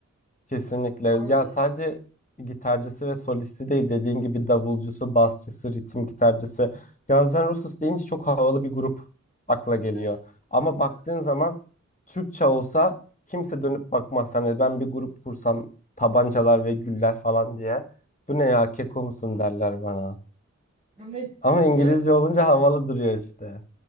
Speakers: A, on the left; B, on the right.
A: Kesinlikle.
B: Vay
A: Ya
B: be.
A: sadece gitarcısı ve solisti değil dediğin gibi davulcusu, basçısı, ritim gitarcısı. Guns N' Roses deyince çok havalı bir grup akla geliyor.
B: Evet,
A: Ama baktığın
B: evet.
A: zaman Türkçe olsa kimse dönüp bakmaz. Hani ben bir grup kursam tabancalar ve güller falan diye. Bu ne ya keko musun derler bana.
B: evet
A: Ama İngilizce
B: diyor,
A: olunca havalı duruyor işte.